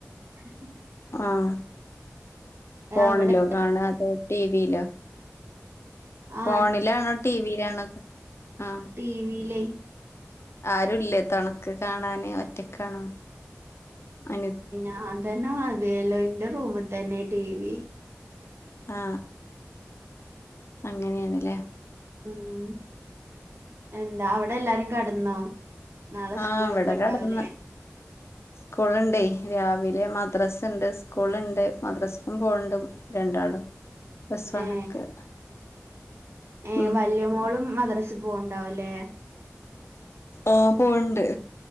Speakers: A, on the right; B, on the left.
A: ഹിഹി
B: ആഹ ഫോണിലോ
A: അവിടെ
B: കാണാ അതോ ടിവിലോ? ഫോണിലാണോ
A: ആ
B: ടിവിയിലാണോ അ
A: ടിവിലീയ്
B: ആരുല്ലേ തെണക്ക് കാണാന് ഒറ്റക്കണോ? അന
A: ഞാതന്നെ മതിയല്ലോ ഇന്റെ റൂമ് തന്നെ ടി വി.
B: ആ അങ്ങനെയെണില്ലേ?
A: ഉം. എന്താ അവടെ എല്ലാരും കടന്നോ? നാളെ
B: ആഹ
A: സ്കൂളൊക്കെ
B: ഇവടെ
A: ഉണ്ടാവില്ലേ
B: കടന്ന്. സ്കൂള്ണ്ടയ് രാവിലെ മദ്രാസ്ണ്ട്, സ്കൂളുണ്ട്, മദ്രാസക്കും പോണണ്ട്. രണ്ടാളും പ്ലസ് വണ്ണ്ക്ക്.
A: ഏ ഏ
B: ഉം
A: വല്യ മോളും മദ്രസ് പോണ്ടാവുംല്ലേ?
B: ആ പോൺണ്ട്.